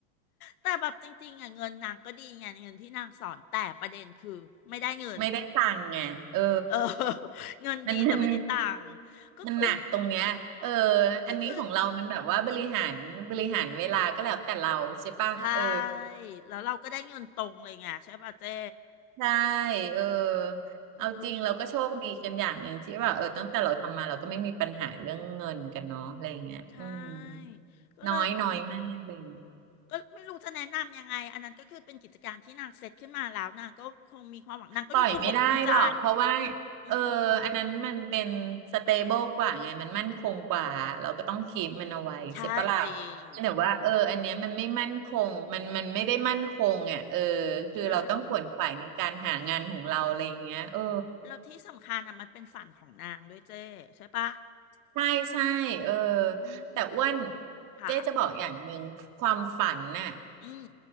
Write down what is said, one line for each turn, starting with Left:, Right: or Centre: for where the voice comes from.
Left: แต่แบบจริงๆอ่ะเงินนางก็ดีไงเงินที่นางสอนแต่ประเด็นคือไม่ได้เงิน
Right: <laughs> ไม่ได้ตังค์ไงเออ
Left: เออ <laughs> เงินดีแต่ไม่ได้ตังค์ก็คือ
Right: มันมันมันหนักตรงเนี้ยเออ
Left: ก็คือ
Right: อันนี้ของเรามันแบบว่าบริหารบริหารเวลาก็แล้วแต่เราใช่ป่ะเออ
Left: ใช่แล้วเราก็ได้เงินตรงเลยไงใช่ป่ะเจ๊
Right: ใช่ เออ
Left: อืม
Right: เอาจริงเราก็โชคดีกันอย่างหนึ่งที่ว่าเออตั้งแต่เราทำมาเราก็ไม่มีปัญหาเรื่องเงินกันเนาะอะไรอย่างเงี้ยอืม
Left: ใช่ก็เลยบอกว่า
Right: น้อยน้อยมากเลย
Left: ก็ไม่รู้จะแนะนำยังไงอันนั้นก็คือเป็นกิจการที่นางเซตขึ้นมาแล้วนางก็คงมีความหวังนางก็ดูภูมิอกภูมิใจ
Right: ปล่อยไม่ได้หรอกเพราะว่า
Left: อืม
Right: เอออันนั้นมันเป็นสเตเบิลกว่าไงมันมั่นคงกว่าเราก็ต้องคีปมันเอาไว้ใช่ปะล่ะ
Left: ใช่จริง
Right: แต่ว่าเอออันเนี้ยมันไม่มั่นคงมันมันไม่ได้มั่นคงอ่ะเออคือเราต้องขวนขวายในการหางานของเราอะไรอย่างเงี้ยเออ
Left: ใช่แล้วที่สำคัญอ่ะมันเป็นฝันของนางด้วยเจ้ใช่ปะ
Right: ใช่ใช่เออ
Left: อืม
Right: แต่อ้วน
Left: ค่ะ
Right: เจ๊จะบอกอย่างหนึ่งความฝันน่ะ
Left: อืม